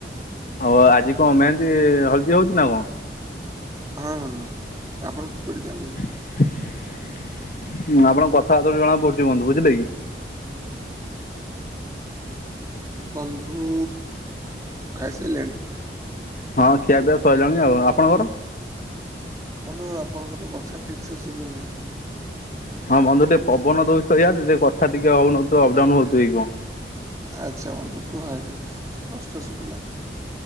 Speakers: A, on the left (about 45°); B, on the right (about 20°).
A: ଆଉ ଆଜି କଣ ମେହେନ୍ଦୀ ହଳଦୀ ହଉଛି ନା କଣ?
B: ହଁ ବନ୍ଧୁ ଆପଣ କିପରି ଜାଣିଲେ?
A: ଆପଣଙ୍କ କଥାବାର୍ତ୍ତାରୁ ଜଣା ପଡୁଛି ବନ୍ଧୁ, ବୁଝିଲେ କି?
B: ବନ୍ଧୁ, ଖାଇସାରିଲେଣି?
A: ହଁ ଖିଆ ପିଆ ସଇଲାଣି ଆଉ, ଆପଣଙ୍କର?
B: ବନ୍ଧୁ ଆପଣଙ୍କର ତ କଥା ଠିକ୍ ସେ ଶୁଭୁନି।
A: ହଁ ବନ୍ଧୁ ଟିକେ ପବନ ଦଉଚି ତ ଇଆଡେ ଟିକେ କଥା ଟିକେ ହଉନଥିବ ଅପ ଡାଉନ ହଉଥିବ କି କଣ।
B: ଆଚ୍ଛା ବନ୍ଧୁ କୁୁହ ଏବେ ସ୍ପଷ୍ଟ ଶୁବିଲା।